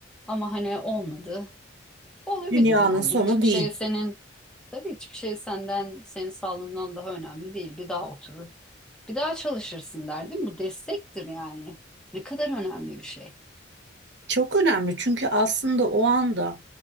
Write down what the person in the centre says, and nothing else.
Ama hani olmadı. Olabilir
yani.
Hiçbir
şey senin Tabii hiçbir şey senden, senin sağlığından daha önemli değil. Bir daha oturur, bir daha çalışırsın der, değil mi? Bu destektir yani. Ne kadar önemli bir şey.